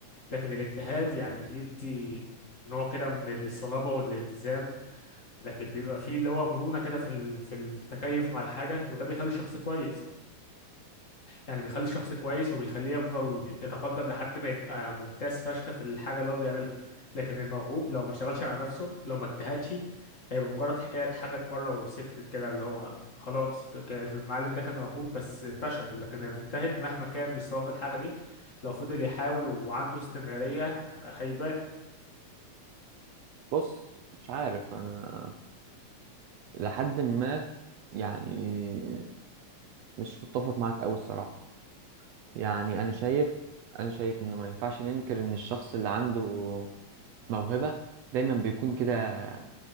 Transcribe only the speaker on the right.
بص مش عارف أنا لحد ما يعني مش متفق معاك أوي الصراحة يعني انا شايف انا شايف انه ما ينفعش ننكر ان الشخص اللي عنده موهبة دايما بيكون كده آه،